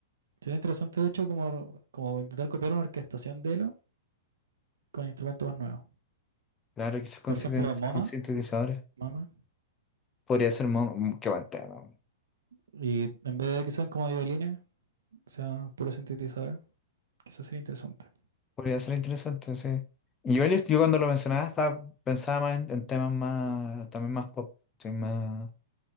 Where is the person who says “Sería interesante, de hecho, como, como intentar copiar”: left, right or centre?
Right